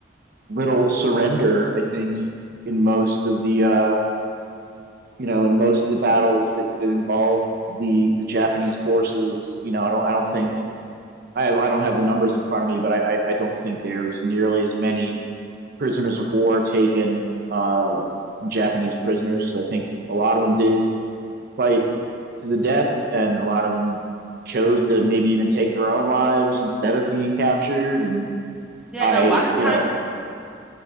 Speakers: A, on the right (about 50°); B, in the centre.
A: little surrender, I think, in most of the, uh, you know, in most of the battles that, that involve the the Japanese forces. You know, I don't, I don't think I have, I don't have the numbers in front of me, but I, I, I don't think there's nearly as many prisoners of war taken uh, from Japanese prisoners. So I think a lot of them did fight to the death, and a lot of them chose to maybe even take their own lives instead of being captured. And
B: Yeah,
A: I,
B: and a lot of
A: you
B: times
A: know,